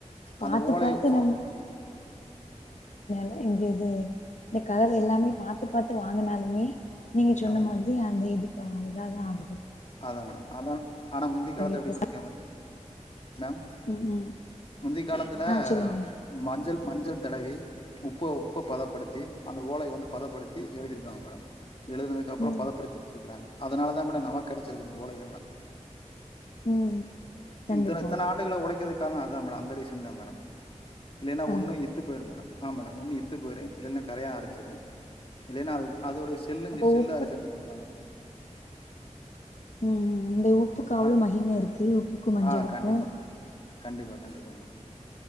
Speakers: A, on the left (about 70°); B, on the left (about 45°).
A: பாத்து
B: அந்த ஓலை
A: பாத்து
B: ஓ
A: நம் அ இந்தது இந்த கதவு எல்லாமே பாத்து பாத்து வாங்குனாலுமே நீங்க சொன்ன
B: அதான்
A: மாதிரி அந்த இது ப்ப அதல்லா ஆடுது
B: அதா மேடம் அதா ஆனா முந்தி காலத்துல எப்டி
A: இப்ப
B: பண்ணிருக்கே பாத் மேம்
A: ம் ம்
B: முந்தி காலத்தில
A: ஆ சொல்லுங்க
B: மஞ்சள் மஞ்சள் தடவி உப்ப‌ உப்ப பதப்படுத்தி அந்த ஓலை வந்து பதப்படுத்தி எழுதியிருக்காங்க மேடம் எழுதுனதுக்கப்புறொ
A: ம்
B: பதப்படுத்தி வச்சிருக்குறாங்க அதுனால தா மேட‌ நமக் கெடச்சிருக்கு இந்த ஓலைகள்லா
A: ம் கண்டிப்பா
B: இத்தன இத்தன ஆண்டுகளா ஒழைக்கதுக்கு காரண‌ அதா மேட அந்த ரீசன் தா மேடம் இல்லைனா ஒன்னு
A: அது
B: இத்து போயிரு மேடம் ஆ மேடம் ஒன்னு இத்து போயிரு இல்லன்னா கரையா அரச்சிரு இல்லைனா அது அதோடைய செல்லஞ்சு
A: அப்போ
B: செல்லாரு
A: உப்பு
B: செஞ்சுருப்பாங்க
A: ம் ம் இந்த உப்புக்கு அவ்ளொ
B: ஆ
A: மகிம இருக்கு உப்புக்கு மஞ்சளுக்கு
B: ஆ கண்டிப்பா கண்டிப்பா கண்டிப்பா மேடம்